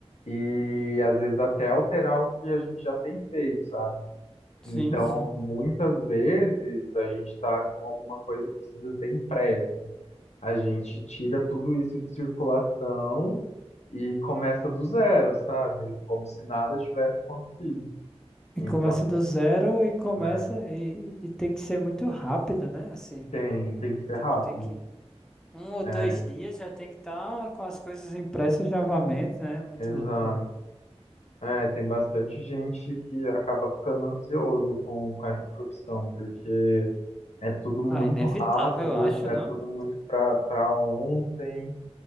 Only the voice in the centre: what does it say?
Sim,
sim.
E
começa do zero e começa
e, e tem que ser muito rápido, né? Assim,
tipo,
tem que. Um ou dois
dias já tem que estar com as coisas impressas novamente, né? Muito
louco, velho.
Ah, inevitável,
eu acho,
não?